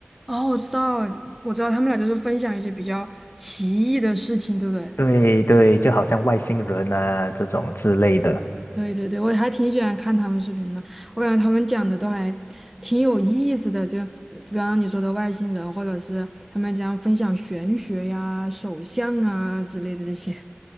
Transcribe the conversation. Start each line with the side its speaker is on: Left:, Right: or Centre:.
Centre: 哦，我知道，我知道，他们俩就是分享一些比较奇异的事情，对不对？
Left: 对对，就好像外星人啊这种之类的。
Centre: 对对对，我还挺喜欢看他们视频的，我感觉他们讲的都还挺有意思的，就就比方你说的外星人，或者是他们讲分享玄学呀、手相啊之类的这些。